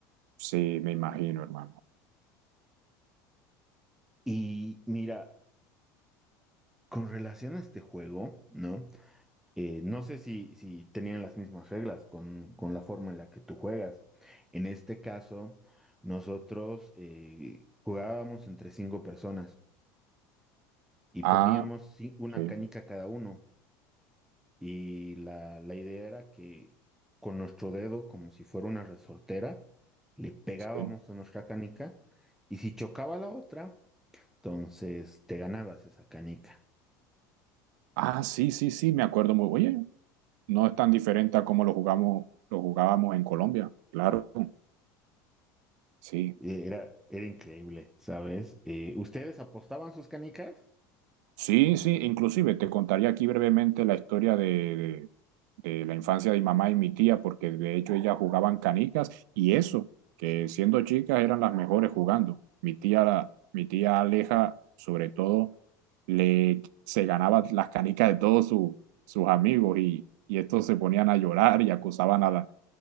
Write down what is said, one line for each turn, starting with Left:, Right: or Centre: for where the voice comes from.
Right: sí, me imagino, hermano.
Centre: Y mira, con relación a este juego, ¿no? Eh, no sé si, si tenían las mismas reglas con, con la forma en la que tú juegas. En este caso, nosotros eh, jugábamos entre cinco personas. y
Right: Ah,
Centre: poníamos sí, una
Right: sí,
Centre: canica cada uno. Y la, la idea era que con nuestro dedo, como si fuera una resortera, le pegábamos
Right: sí.
Centre: a nuestra canica y si chocaba la otra, entonces te ganabas esa canica.
Right: Ah, sí, sí, sí, me acuerdo muy. bien. Oye, no es tan diferente a como lo jugamos, lo jugábamos en Colombia. Claro, sí.
Centre: Eh, Era, era increíble, ¿sabes? Eh, ¿ustedes apostaban sus canicas?
Right: Sí, sí, inclusive te contaría aquí brevemente la historia de, de- de la infancia de mi mamá y mi tía, porque de hecho ellas jugaban canicas y eso, que siendo chicas eran las mejores jugando. Mi tía, la- mi tía Aleja, sobre todo, le, se ganaba las canicas de todos su- sus amigos y, y estos se ponían a llorar y acusaban a, la,